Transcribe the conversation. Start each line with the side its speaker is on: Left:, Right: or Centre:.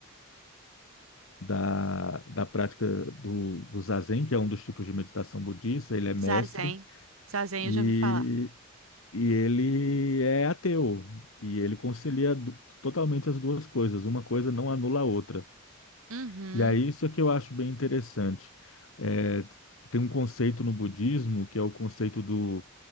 Left: da, da prática do, do Zazen, que é um dos tipos de meditação budista, ele é mestre
Right: Zazen. Zazen,
Left: e,
Right: eu já ouvi falar.
Left: e ele é ateu. E ele concilia du- totalmente as duas coisas, uma coisa não anula a outra.
Right: Uhum.
Left: E aí isso é que eu acho bem interessante. É, tem um conceito no budismo que é o conceito do,